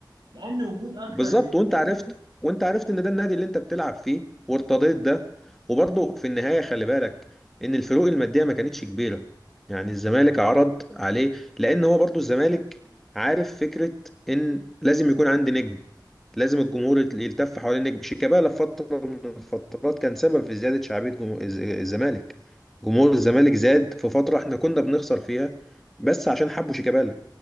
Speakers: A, on the right (about 65°); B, in the centre.
A: لان وجود اكتر
B: بالظبط
A: من
B: وانت عرفت وانت عرفت
A: نجم
B: ان ده النادي اللي انت بتلعب فيه وارتضيت ده وبرضه في النهايه خلي بالك ان الفروق الماديه ما كانتش كبيره يعني الزمالك عرض عليه لان هو برضه الزمالك عارف فكره ان لازم يكون عندي نجم لازم الجمهور يت- يلتف حوالين نجم شيكابالا في فترة من الفترات كان سبب في زيادة شعبية جمهور الز- الزمالك جمهور الزمالك زاد في فترة احنا كنا بنخسر فيها بس عشان حبوا شيكابالا